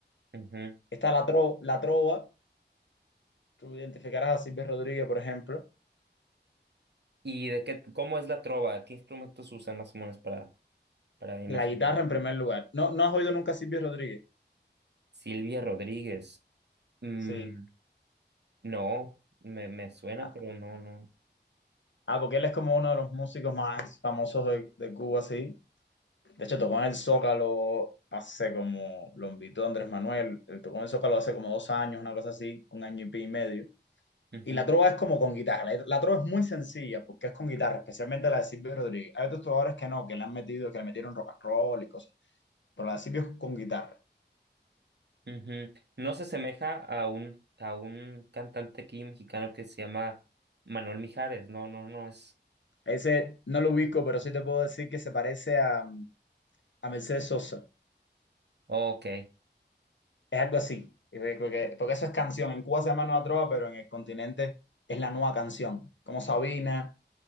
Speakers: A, on the right; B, on the left.
A: Ujú.
B: Está la, tro, la trova, tú identificarás a Silvio Rodríguez, por ejemplo
A: ¿Y de qué, cómo es la trova? ¿Qué instrumentos usan más o menos para, para imaginar?
B: La guitarra en primer lugar. ¿No, no has oído nunca a Silvio Rodríguez?
A: Silvia Rodríguez. Mm,
B: Sí.
A: no, me, me suena,
B: Ah,
A: pero no, no.
B: ah, porque él es como uno de los músicos más famosos de, de Cuba, sí. De hecho, tocó en el Zócalo hace como, lo invitó Andrés Manuel, él tocó en el Zócalo hace como dos años, una cosa así, un año y pico y medio.
A: Ujú,
B: Y la trova es como con guitarra. La, la trova es muy sencilla porque es con guitarra, especialmente la de Silvio Rodríguez. Hay otros trovadores que no, que le han metido, que le metieron rock and roll y cosas. Pero la de Silvio es con guitarra.
A: ujú. No se asemeja a un, a un cantante aquí mexicano que se llama Manuel Mijares. No, no, no es.
B: Ese no lo ubico, pero sí te puedo decir que se parece a, a Mercedes Sosa.
A: Ok,
B: es algo así, y porque, porque eso es canción. En Cuba se llama Nueva Trova, pero en el continente es la nueva canción, como Sabina,